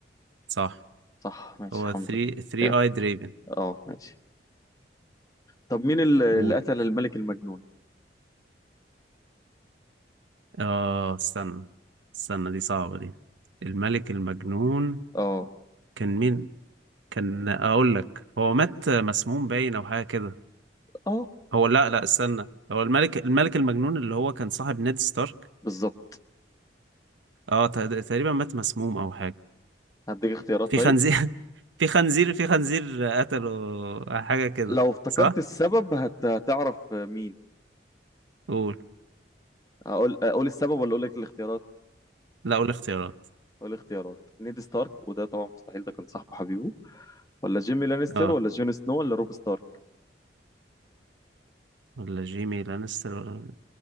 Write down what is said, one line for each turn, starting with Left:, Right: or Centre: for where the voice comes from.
Right: صح
Left: صح ماشي
Right: هو
Left: الحمد
Right: 3
Left: لله
Right: 3
Left: كام
Right: اي دريفن
Left: اه ماشي طب مين اللي
Right: قول
Left: اللي قتل الملك المجنون
Right: اه استنى استنى دي صعبة دي الملك المجنون
Left: اه
Right: كان مين كان اقول لك هو مات مسموم باين او حاجة كده
Left: اه
Right: هو لا لا استنى هو الملك الملك المجنون اللي هو كان صاحب نيد ستارك
Left: بالظبط
Right: اه ت- تقريبا مات مسموم او حاجة
Left: هديك اختيارات
Right: في
Left: طيب
Right: خنزير <laughs> في خنزير في خنزير قتله حاجة كده
Left: لو افتكرت
Right: صح
Left: السبب هت- هتعرف مين
Right: قول
Left: اقول اقول السبب ولا اقول لك الاختيارات
Right: لا قول اختيارات
Left: اقول الاختيارات نيد ستارك وده طبعا مستحيل ده كان صاحبه حبيبه ولا جيمي لانستر
Right: اه
Left: ولا جون سنو ولا روب ستارك
Right: ولا جيمي لانستر ولا